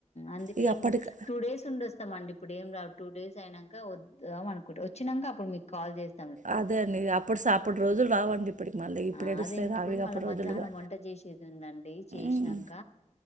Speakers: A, on the left; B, on the right.
A: అందుకే
B: ఇక అప్పటికి
A: ఇంకా టూ డేస్ ఉండి వస్తాం అండి ఇప్పుడు ఏం రావు టూ డేస్ అయినాక వద్దాం అనుకుంట వచ్చినాక అప్పుడు మీకు కాల్ చేస్త
B: అదే అండి అప్పుడు అప్పటి రోజులు రావండి ఇప్పుడు మళ్ళీ
A: ఆ
B: ఏడుస్తాయి
A: అదే ఇప్పుడు
B: రావు ఇక
A: మళ్ళా
B: అప్పుడు రోజులుగా
A: మధ్యాహ్నం వంట చేసేది ఉందండి చేస్నంక
B: ఉమ్,